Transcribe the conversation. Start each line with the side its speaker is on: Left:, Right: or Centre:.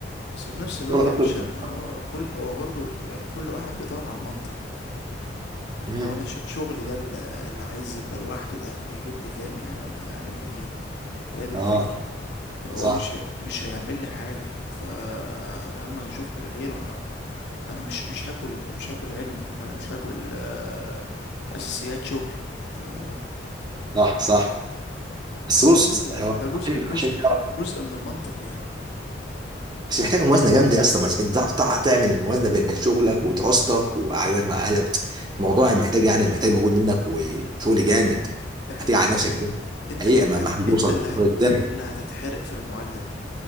Left: بس في نفس الوقت
Right: شغلك
Left: يا
Right: اصلا
Left: باشا ما هو كل هو برضه يعني كل واحد بيدور على المنطق
Right: مم.
Left: هو انا ش- شغلي ده ال- اللي عايز يبقى لوحده ده هيجيب لي كام يعني ولا هيعمل لي ايه هي دي
Right: اه
Left: الفكرة فهو
Right: صح
Left: مش ه- مش هيعمل لي حاجة ف يا عم هشوف حاجة غيره انا انا مش مش هاكل مش هاكل علم ولا مش هاكل آه، اساسيات شغل انت فاهم
Right: صح صح بس
Left: فبرضه
Right: بص هو
Left: ده جزء
Right: عشان
Left: جزء
Right: عشان تعرف
Left: جزء من المنطق يعني
Right: بس محتاجه موازنه جامده اصلا ما انت تعرف تعرف تعمل الموازنه بين بين شغلك ودراستك وقعدتك مع اهلك الموضوع محتاج يعني محتاج مجهود منك وشغل جامد
Left: دي حقيقة
Right: هتيجي على نفسك جامد
Left: انت
Right: حقيقه
Left: انت
Right: ما
Left: هت-
Right: ما حد
Left: انت
Right: يوصل
Left: اللي
Right: للمجهود
Left: هت
Right: ده
Left: انت اللي هتتحرق في المعادلة